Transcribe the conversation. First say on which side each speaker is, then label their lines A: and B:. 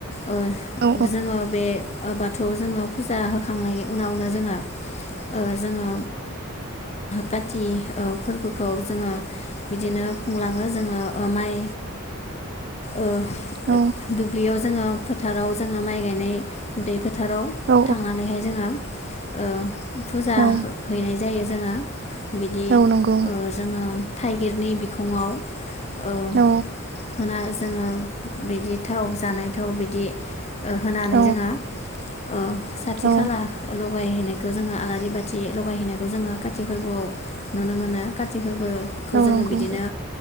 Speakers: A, on the left (about 30°); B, on the right (about 50°).
A: ओ
B: औ
A: जोङो बे आ बाथौआव जोङो फुजा होखांनायनि उनावनो जोङो जोङो काति फोरबोखौ जोङो बिदिनो खुंलाङो जोङो ओमाय ओ दु
B: औ
A: दुब्लियाव जोङो फोथाराव जोङो माइ गायनाय दै फो थाराव
B: औ
A: थांनानैहाय जोङो ओ फुजा
B: औ
A: हो हैनाय जायो जोङो बिदि
B: औ नंगौ
A: ओ जोङो थाइगिरनि बिखङाव ओ
B: औ।
A: होना जोङो बिदि थाव जानाय खौ बिदि ओ होनानै
B: औ
A: जोङो ओ साथि
B: औ
A: खाला ल गाय हैनायखौ जोङो आलारि बाथि लगायहैनायखौ जोङो काति फोर्बोआव नुनो मोनो काति फोरबोखौ जोङो
B: नंगौ
A: बिदिनो